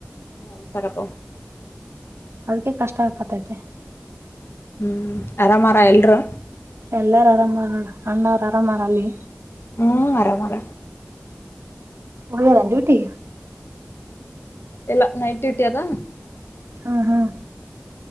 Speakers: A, on the left; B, on the right.
A: ಹ ಗಸಾಗಪ್ಪ
B: ಅದಕ್ಕೆ ಕಷ್ಟ ಆಕತ್ತೈತೆ
A: ಹ್ಮ್ ಆರಾಮಾರ ಎಲ್ರು
B: ಎಲ್ಲಾರ ಆರಾಮ್ ಮಾಡಾರ ನೋರು ಅಣ್ಣವ್ರು ಆರಾಮ್ಾರಲ್ಲಿ
A: ಹ್ಮ್ ಮರ ಮರ
B: ಹದರ ಡ್ಯೂಟಿ
A: ಎಲ್ಲ ನೈಟ್ ಡ್ಯೂಟಿ ಅದಾ
B: ಹ್ಮ ಹಾ